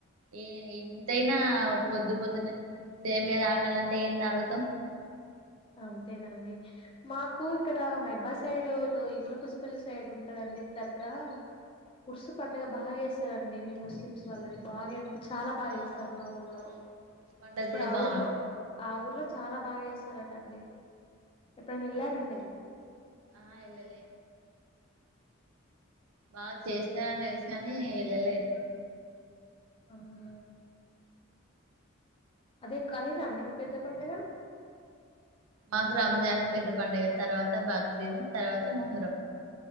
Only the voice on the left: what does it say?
అంతేనండి మాకు ఇక్కడ మైబా సైడ్ ఇటు ఈదుల పుష్పల్లి సైడ్ ఉంటదండి ద్దరగా ఉరుసు పండగ బాగా చేస్తారండి మీ ముస్లిమ్స్ వాళ్ళది బాగా అంటే చాలా బాగా
చేస్తారు
మా ఊళ్
అంటే
ఆ
ఊర్లో ఆ ఊర్లో చాలా బాగా వస్త టాండి ఎప్పుడైన ఎల్లారా
అండి
ఆహ అదే అదేనా అండి మీకు పెద్ద పండుగ